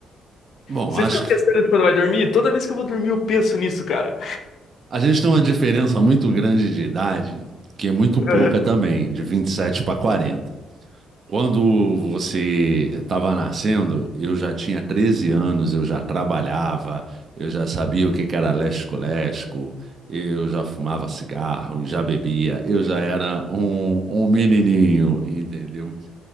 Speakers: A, on the right; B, on the left.
A: Bom,
B: Você
A: acho
B: fica pensando
A: que
B: quando vai dormir? Toda vez que eu vou dormir, eu penso nisso, cara.
A: a gente tem uma diferença muito grande de idade, que é muito
B: <laughs>
A: pouca também, de 27 para 40. Quando você estava nascendo, eu já tinha 13 anos, eu já trabalhava, eu já sabia o que que era lesco-lesco, eu já fumava cigarro, já bebia, eu já era um, um menininho, entendeu?